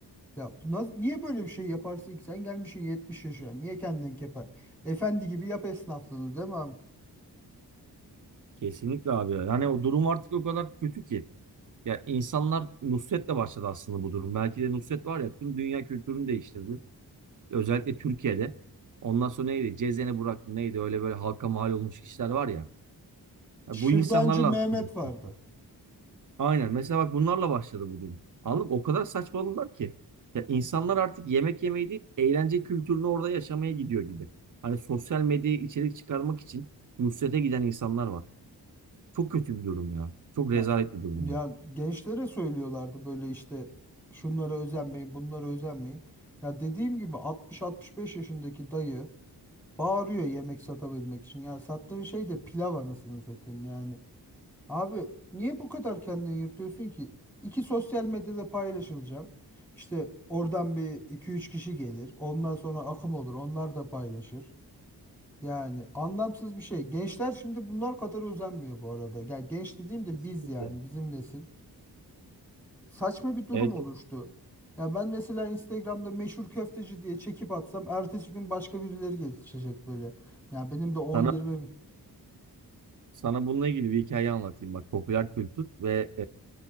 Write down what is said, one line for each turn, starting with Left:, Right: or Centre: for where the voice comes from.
Centre: Ya bu naz- niye böyle bir şey yaparsın ki? Sen gelmişsin 70 yaşına. Niye kendini kepe? Efendi gibi yap esnaflığını değil mi? abi?
Right: Kesinlikle abi. ya. Yani o durum artık o kadar kötü ki. Ya insanlar Nusret'le başladı aslında bu durum. Belki de Nusret var ya tüm dünya kültürünü değiştirdi. Özellikle Türkiye'de. Ondan sonra neydi? Cezene Burak mı neydi? Öyle böyle halka mal olmuş kişiler var ya. Ya
Centre: Şırdancı
Right: bu insanlarla
Centre: Mehmet
Right: aslında Nusret
Centre: vardı.
Right: var. Aynen. Mesela bak bunlarla başladı bu durum. Anladın mı? O kadar saçmaladılar ki. Ya insanlar artık yemek yemeyi değil, eğlence kültürünü orada yaşamaya gidiyor gibi. Hani sosyal medyaya içerik çıkarmak için Nusret'e giden insanlar var. Çok kötü bir durum ya. Çok rezalet
Centre: Ya
Right: bir durum
Centre: ya
Right: ya.
Centre: gençlere söylüyorlardı böyle işte şunlara özenmeyin, bunlara özenmeyin. Ya dediğim gibi 60-65 yaşındaki dayı bağırıyor yemek satabilmek için. Ya sattığın şey de pilav anasını satayım yani. Abi niye bu kadar kendini yırtıyorsun ki? İki sosyal medyada paylaşılacağım. İşte oradan bir iki üç kişi gelir. Ondan sonra akım olur. Onlar da paylaşır. Yani anlamsız bir şey. Gençler şimdi bunlar kadar özenmiyor bu arada. Ya genç dediğim de
Right: Kesinlikle
Centre: biz yani
Right: ya.
Centre: bizim nesil. Saçma bir durum
Right: Evet.
Centre: oluştu.
Right: evet.
Centre: Ya ben mesela Instagram'da meşhur köfteci diye çekip atsam ertesi gün başka birileri geçecek böyle. Ya benim de on
Right: Sana
Centre: yirmi
Right: Sana bununla ilgili bir hikaye anlatayım. Bak popüler kültür ve